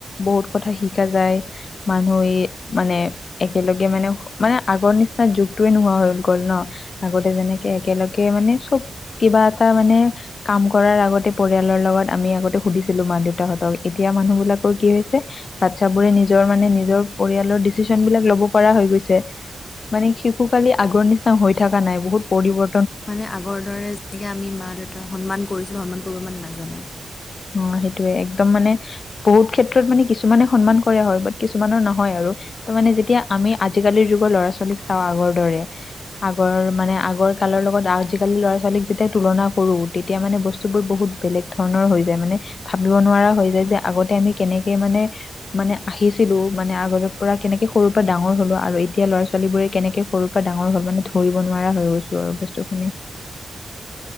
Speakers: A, on the left (about 60°); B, on the left (about 40°).
A: বহুত কথা শিকা যায়। মানুহে মানে একেলগে মানে মানে আগৰ নিচিনা যুগটোয়ে নোহোৱা হৈ গ'ল ন'! আগতে যেনেকে একেলগে মানে চব কিবা এটা মানে কাম কৰাৰ আগতে পৰিয়ালৰ লগত আমি আগতে সুধিছিলো মা দেউতাহতক। এতিয়া মানুহ বিলাকৰ কি হৈছে বাচ্ছা বোৰে নিজৰ মানে নিজৰ পৰিয়ালৰ ডিচিচন বিলাক লব পৰা হৈ গৈছে মানে শিশু কালি আগৰ নিচিনা হৈ থকা নাই বহুত পৰিবৰ
B: মানে আগৰ দৰে যেনেকে আমি মা, দেউতাক সন্মান কৰিছিলো, সন্মান কৰিব মানে নাজানে।
A: অ, সেইটোয়ে একদম মানে বহুত ক্ষেত্ৰত মানে কিছুমানে সন্মান কৰা হয়। বাট কিছুমানৰ নহয় আৰু ত মানে যেতিয়া আমি আজিকালিৰ যুগৰ ল'ৰা, ছোৱালীক চাওঁ আগৰ দৰে আগৰ মানে আগৰ কালৰ লগত আজিকালি ল'ৰা-ছোৱালীক যেতিয়া তুলনা কৰো, তেতিয়া মানে বস্তু বোৰ বহুত বেলেগ ধৰণৰ হৈ মানে ভাবিব নোৱাৰা হৈ যায়
B: হয়।
A: যে আগতে আমি কেনেকে মানে, মানে আহিছিলো। মানে আগৰে পৰা কেনেকে সৰুৰ পৰা ডাঙৰ হলো আৰু এতিয়া ল'ৰা- ছোৱালীবোৰে কেনেকে সৰুৰ পৰা ডাঙৰ হ'ল মানে ধৰিব নোৱাৰা হৈ গৈছো আৰু বস্তুখিনি।